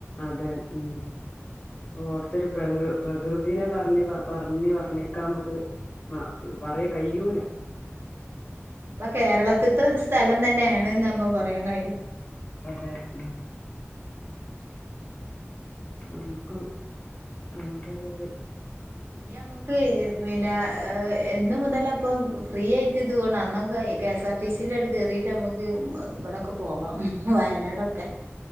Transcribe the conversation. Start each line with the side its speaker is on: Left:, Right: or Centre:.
Left: അതെ ഉം. അവട്ത്തൊരു പ്രങ്ക് പ്രകൃതിനെ പർഞ് പ പർഞ് വർണിക്കാമ്മക്ക്. മ പറയ് കയ്യൂല.
Right: പ്പ കേരളത്ത്ത്തെ ഒരു സ്ഥലം തന്നെണ്ന്ന് നമ്മ പറയാൻ കഴിയും.
Left: അതെ ഉം. നമുക്ക് ഭയങ്കര ഒര്.
Right: ഇനിയമ്മക്ക് പിന്നാ.
Left: <inaudible>
Right: എന്ന് മുതലപ്പൊ ഫ്രീയായ്റ്റ്ത് പോണ് അന്നൊക്കെയ് കെ എസ് ആർ ടി സിയില് ങ്ങട് കേറിട്ടമ്മക്ക് മ ബടൊക്കെ പോവാം വയനാടൊക്കെ.